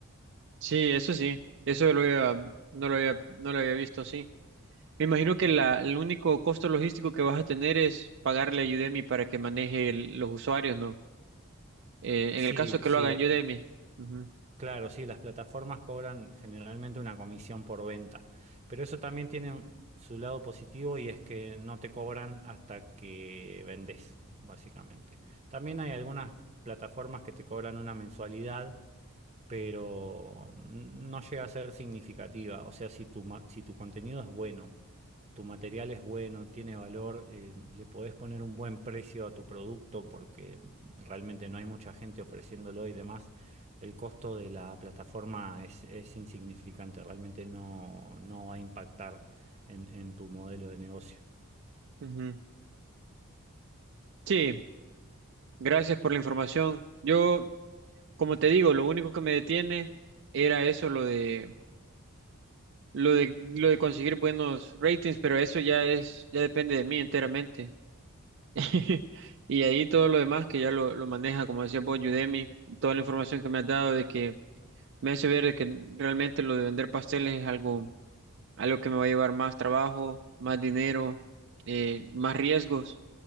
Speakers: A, on the right; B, on the right.
A: Sí, eso sí, eso lo había- mm, no lo había, no lo había visto así. Me imagino que la, el único costo logístico que vas a tener es pagarle a Udemy para que maneje el- los usuarios, ¿no? Eh,
B: Sí,
A: en el caso que
B: sí,
A: lo haga en Udemy. Ujú,
B: Claro, sí, las plataformas cobran generalmente una comisión por venta, pero eso también tiene un- su lado positivo y es que no te cobran hasta que vendes, básicamente. También hay algunas plataformas que te cobran una mensualidad pero no llega a ser significativa. O sea, si tu, ma- si tu contenido es bueno, tu material es bueno, tiene valor, eh, le podés poner un buen precio a tu producto porque realmente no hay mucha gente ofreciéndolo y demás, el costo de la plataforma es, es insignificante, realmente no, no va a impactar en en tu modelo de negocio.
A: ujú. Sí, gracias por la información. Yo, como te digo, lo único que me detiene era eso, lo de... lo de, lo de conseguir buenos ratings, pero eso ya es, ya depende de mí enteramente. <laughs> Y ahí todo lo demás que ya lo, lo maneja, como decía vos, Udemy, toda la información que me has dado de que me hace ver de que realmente lo de vender pasteles es algo algo que me va a llevar más trabajo, más dinero, eh, más riesgos.